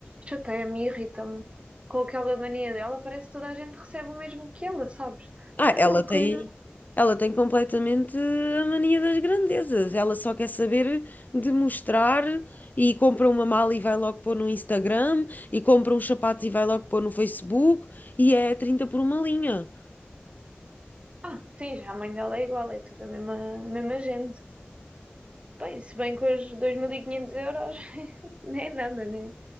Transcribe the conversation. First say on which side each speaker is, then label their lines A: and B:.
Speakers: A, on the right; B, on the left.
A: chateia-me, irrita-me com aquela mania dela. Parece que toda a gente recebe o mesmo que ela, sabes?
B: Ah,
A: Não é
B: ela
A: uma
B: tem,
A: coisa.
B: ela tem completamente a mania das grandezas. Ela só quer saber de mostrar e compra uma mala e vai logo pôr no Instagram e compra uns sapatos e vai logo pôr no Facebook e é 30 por uma linha.
A: Ah, sim, já a mãe dela é igual, é tudo a mesma, a mesma gente. Bem, se bem que hoje 2.500 euros <laughs> não é nada, né?